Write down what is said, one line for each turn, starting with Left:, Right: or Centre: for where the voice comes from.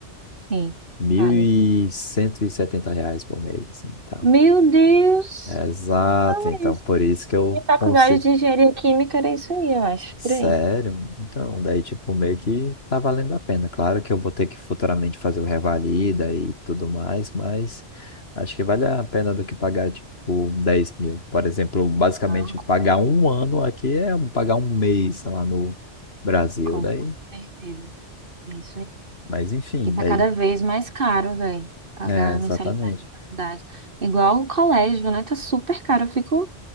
Right: Sim,
Left: Mil
Right: vale.
Left: e e cento e setenta reais por mês, assim, então.
Right: Meu Deus!
Left: É Exato,
Right: Ah,
Left: então
Right: isso.
Left: por isso que eu
Right: E faculdade
Left: consigo
Right: de engenharia química era isso aí, eu acho,
Left: Sério?
Right: por aí.
Left: Então, daí, tipo, meio que tá valendo a pena. Claro que eu vou ter que futuramente fazer o revalida e tudo mais, mas acho que vale a pena do que pagar, tipo, 10 mil. Por exemplo, basicamente,
Right: Ah, com
Left: pagar
Right: certeza.
Left: um ano aqui é um, pagar um mês, sei lá, no Brasil.
Right: Com
Left: Daí,
Right: certeza. É isso aí.
Left: mas enfim,
Right: E tá
Left: daí,
Right: cada vez mais caro, velho, pagar
Left: é,
Right: a
Left: exatamente.
Right: mensalidade de faculdade. Igual o colégio, né? Tá super caro. Eu fico,